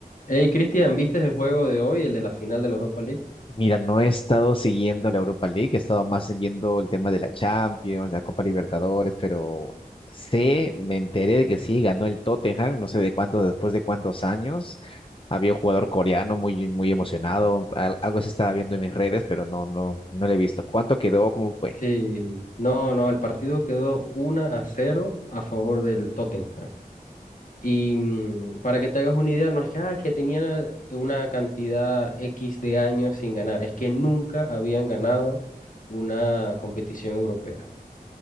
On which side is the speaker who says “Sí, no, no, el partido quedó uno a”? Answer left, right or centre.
Left